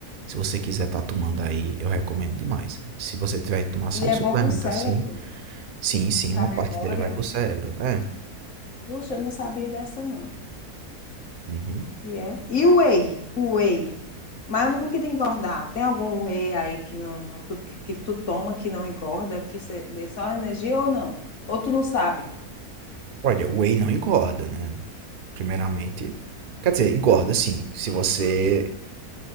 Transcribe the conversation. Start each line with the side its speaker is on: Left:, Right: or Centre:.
Right: Se você quiser estar tomando aí, eu recomendo demais. Se você tiver que tomar só
Left: Ele
Right: um
Left: é
Right: suplemento
Left: bom para o cérebro,
Right: assim, sim, sim, uma
Left: para
Right: parte
Left: a memória.
Right: dele vai para o cérebro. É.
Left: Puxa, eu não sabia dessa, não.
Right: Uhum.
Left: E é. E o whey? O whey. Mas eu não queria engordar. Tem algum whey aí que não tu- que que tu toma que não engorda, que cê dê só energia ou não? Ou tu não sabe?
Right: Olha, o whey não engorda, né? Primeiramente. Quer dizer, engorda sim, se você